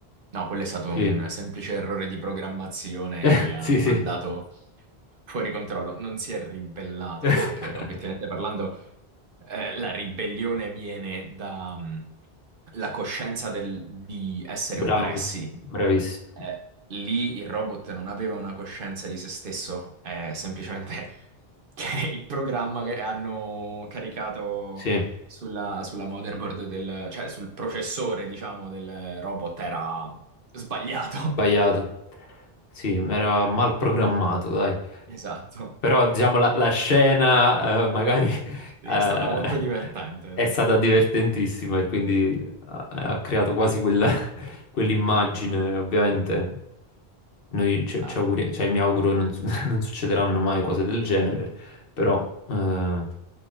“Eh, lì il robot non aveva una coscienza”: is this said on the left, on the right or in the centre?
Right